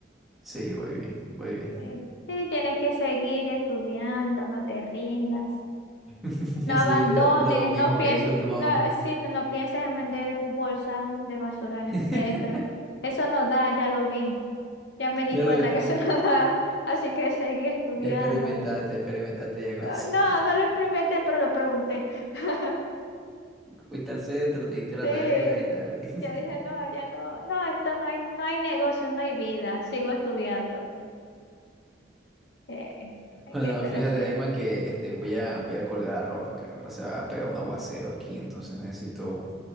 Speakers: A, in the centre; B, on the left.
A: Sí, voy bien, voy bien.
B: Eh, sí, tienes que seguir estudiando, no te rindas,
A: <laughs>
B: no
A: Así
B: abandones,
A: lo, lo mismo
B: no pienses,
A: que dijo tu mamá.
B: no, sí, no pienses en vender bolsas de basura en
A: <laughs>
B: el centro. Eso no da, ya lo vi. Ya me di
A: Ya
B: cuenta
A: lo,
B: que eso <laughs> no da, así que seguí estudiando.
A: ya experimentaste, experimentaste ya con
B: Ah,
A: eso.
B: No, no lo experimenté, pero lo pregunté. <laughs>
A: Fuiste al centro, te diste la
B: Sí.
A: tarea y tal. <laughs>
B: Yo dije, no, ya no, no, esto no hay, no hay negocio, no hay vida, sigo estudiando. Eh, hay
A: Bueno,
B: que ser
A: fíjate,
B: así.
A: Emma, que este, voy a, voy a colgar la ropa, que ahora se va a pegar un aguacero aquí, entonces necesito